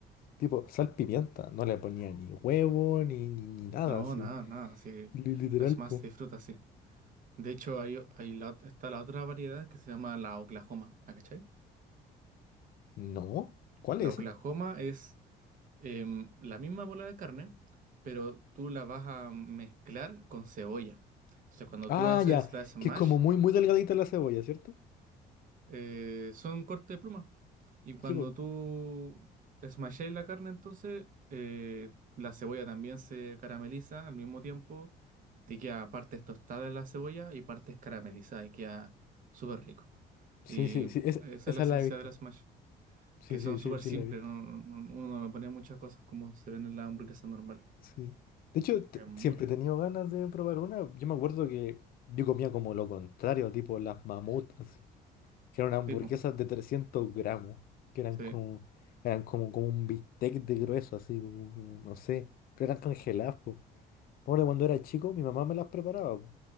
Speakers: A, on the left; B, on the right.
A: Tipo, sal pimienta, no le ponía ni huevo, ni, ni, ni nada
B: No,
A: así.
B: nada, nada. Sí,
A: Li- Literal,
B: las
A: po.
B: más se disfruta sí. De hecho, hay, hay la ot- está la otra variedad que se llama la Oklahoma. ¿La cachai?
A: No, ¿cuál
B: La
A: es?
B: Oklahoma es em, la misma bola de carne, pero tú la vas a mezclar con cebolla. Entonces, cuando
A: Ah,
B: tú haces
A: ya.
B: la Smash,
A: Que es como muy, muy delgadita la cebolla, ¿cierto?
B: eh, son corte de pluma. Y cuando
A: Sí, pues.
B: tú smasháis la carne, entonces eh, la cebolla también se carameliza al mismo tiempo. Te queda partes tostadas la cebolla y partes caramelizadas y queda súper rico.
A: Sí,
B: Y
A: sí, sí. es-
B: esa
A: esa
B: es la esencia
A: la he visto.
B: de la smash,
A: Sí,
B: que son
A: sí,
B: súper
A: sí, sí
B: simples.
A: la he visto.
B: no- no- no- uno no le pone muchas cosas como se ven en las hamburguesas normales.
A: Sí. De hecho, te-
B: Es muy
A: siempre
B: rico.
A: he tenido ganas de probar una. Yo me acuerdo que yo comía como lo contrario, tipo las mamut, así. Que eran hamburguesas
B: Tipo,
A: de 300 gramos. Que eran
B: sí.
A: como, eran como, como un bistec de grueso, así, como, como, no sé. Pero eran congeladas, pues. Me acuerdo cuando era chico, mi mamá me las preparaba, po.